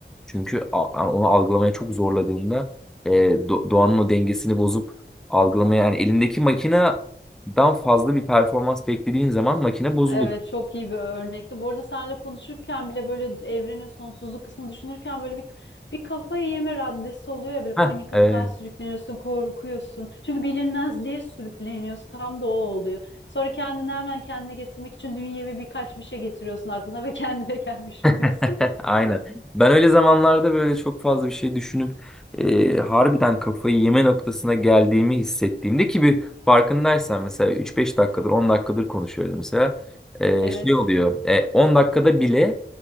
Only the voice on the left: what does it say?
Evet çok iyi bir örnekti. Bu arada seninle konuşurken bile böyle evrenin sonsuzluğu kısmı düşünürken böyle bir bir kafayı yeme raddesi oluyor ya böyle
panik
atağa sürükleniyorsun, korkuyorsun. Çünkü bilinmezliğe sürükleniyorsun. Tam da o oluyor. Sonra kendini hemen kendine getirmek için dünyevi birkaç bir şey getiriyorsun aklına ve kendine <laughs> gelmiş
oluyorsun.
Evet.